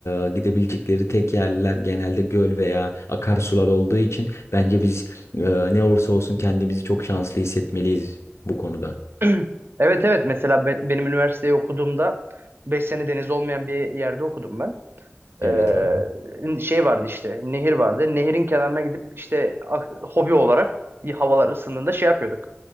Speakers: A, on the left; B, on the right.
A: e, gidebilecekleri tek yerler genelde göl veya akarsular olduğu için bence biz e, ne olursa olsun kendimizi çok şanslı hissetmeliyiz bu konuda.
B: <clears throat> Evet evet mesela be- benim üniversiteyi okuduğumda 5 sene deniz olmayan bir yerde okudum ben.
A: Evet
B: Ee,
A: abi.
B: şey vardı işte nehir vardı. Nehirin kenarına gidip işte ak- hobi olarak havalar ısındığında şey yapıyorduk.